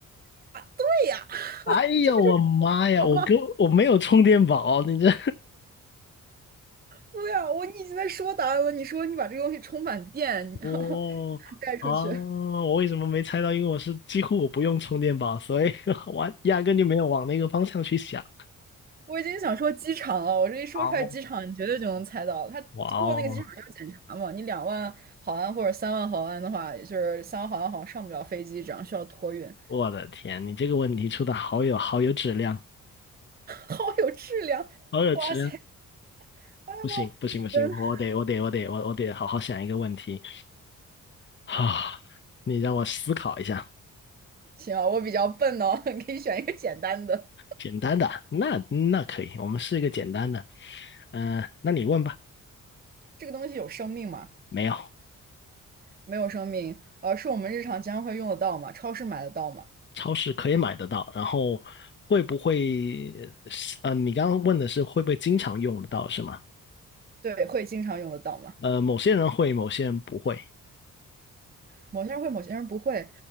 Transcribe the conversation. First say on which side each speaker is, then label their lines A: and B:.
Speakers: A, on the right; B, on the left.
A: 对呀，<laughs>
B: 哎呀，
A: 这不就是
B: 我妈呀，
A: 好吗？
B: 我跟我没有充电宝，你这
A: 对呀，我你已经在说答案了。你说你把这个东西充满电，
B: <laughs>
A: 然后
B: 哦啊，
A: <laughs> 带出去。
B: 我为什么没猜到？因为我是几乎我不用充电宝，所以 <laughs> 我压根就没有往那个方向去想。
A: 我已经想说机场了，我这一说出来机场，
B: 好，
A: 你绝对就能猜到。他过那个机场要检查嘛，
B: 哇哦，
A: 你两万毫安或者三万毫安的话，也就是三万毫安好像上不了飞机，这样需要托运。
B: 我的天，你这个问题出的好有好有质量，
A: <laughs> 好有质量，
B: 好有质量！
A: 哇塞！啊，
B: 不行不行不行，
A: 真
B: 我得我得我得我我得好好想一个问题。好，你让我思考一下，
A: 行啊，我比较笨哦，<laughs> 你可以选一个简单的。
B: 简单的，那那可以，我们试一个简单的。嗯、那你问吧。
A: 这个东西有生命吗？
B: 没有，
A: 没有生命，呃，是我们日常经常会用得到吗？超市买得到吗？
B: 超市可以买得到，然后会不会？呃，你刚刚问的是会不会经常用得到是吗？
A: 对，会经常用得到吗？
B: 呃，某些人会，某些人不会。
A: 某些人会，某些人不会。